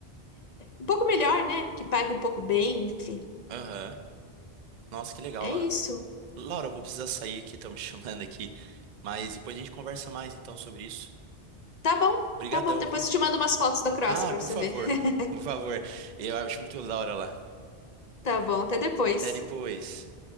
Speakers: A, on the left (about 50°); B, on the right (about 50°).
A: um pouco melhor, né? Que pague um pouco bem, enfim.
B: aham. Nossa, que legal,
A: É
B: Laura.
A: isso.
B: Laura, eu vou precisar sair aqui, estão me <laughs> chamando aqui. Mas depois a gente conversa mais então sobre isso.
A: Tá bom,
B: Obrigadão,
A: tá bom. Depois
B: viu?
A: eu te mando umas fotos da Croácia
B: Ah,
A: para
B: por
A: você
B: favor.
A: ver. <laughs>
B: Por favor. Eu acho muito da hora lá.
A: Tá bom, até depois.
B: Até depois.